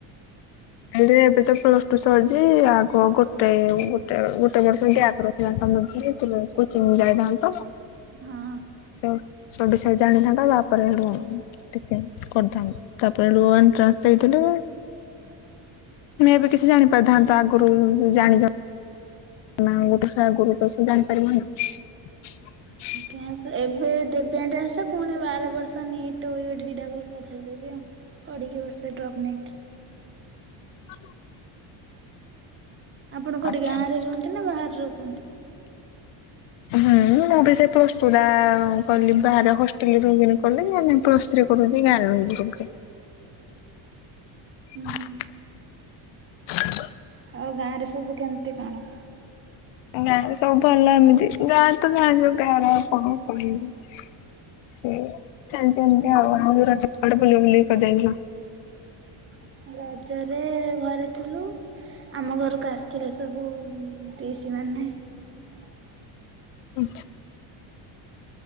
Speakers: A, on the left; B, on the right.
A: ହେଲେ ଏବେ ତ ପ୍ଲସ୍ ଟୁ ସରିଚି। ଆଗ ଗୋଟେ ଗୋଟେ ଗୋଟେ ବର୍ଷ ଗ୍ୟାପ୍ ରଖିଲେ <unintelligible> ବୁଝିଥିଲେ କୋଚିଂ ଯାଇ ଥାଆନ୍ତ।
B: ହଁ।
A: ତ ସବୁ ବିଷୟ ଜାଣି ଥାଆନ୍ତା ତା ପରେ ସେଠୁ ଠିକ୍ କେ କରିଥାନ୍ ତା ପରେ ସେଠୁ ୱାନ୍ ଟ୍ରାନ୍ସ ଦେଇଥିଲେ
B: <unintelligible>
A: ତୁମେ ଏବେ କିଛି ଜାଣି ପାରିଥାନ୍ତ ଆଗରୁ ଜାଣିଚ। ନା ଆଉ ଗୋଟେ ସେ ଆଗରୁ ତ ସେ ଜାଣିପାରିବନି।
B: ଇଆଁସେ ଜ ଏବେ ଦେବେ ଏଣ୍ଟ୍ରାନ୍ସ ଟା ପୁଣି ଆର ବର୍ଷ ନିଟ ଅଇ ରେଡି ରିଡା କରିପାରିଥାନ୍ତ କି ପଢିକି ବର୍ଷେ ଡ୍ରପ୍ ନେଇକି।
A: <unintelligible>
B: ଆପଣ କୋଉଠି
A: ଆଚ୍ଛା।
B: ଗାଁରେ ରୁହନ୍ତି ନା ବାହାରେ ରହୁଚନ୍ତି?
A: ହଁ। ମୁଁ ବି ସେ ପ୍ଲସ୍ ଟୁ କରିଲି ବାହାରେ ହଷ୍ଟେଲ୍ ରେ ରହିକି ଆମେ କଲେ। ଏବେ ପ୍ଲସ୍ ଥ୍ରୀ କରୁଚି ଗାଁରେ ରହି। <unintelligible> କରୁଚେ।
B: <inaudible>
A: <unintelligible>
B: ଉୁଁ ହୁଁ ଆଉ ଗାଁରେ ସବୁ କେମିତି କଣ?
A: ଗାଁରେ ସବୁ ଭଲ ଏମିତି ଗାଁରେ ତ ଜାଣିଚ। ଗାଁର କଣ କହିବି? ସେ ଚାଲିଚି ଏମିତି ଆଉ। ଆଉ ଯୋଉ ରଜରେ କୁଆଡେ ବୁଲାବୁଲି କରି ଯାଇନ?
B: <unintelligible> ରଜରେ ଘରେ ଥିଲୁ, ଆମ ଘରୁକୁ ଆସିଥିଲେସବୁ ପିଶିମାନେ। <unintelligible>
A: <unintelligible>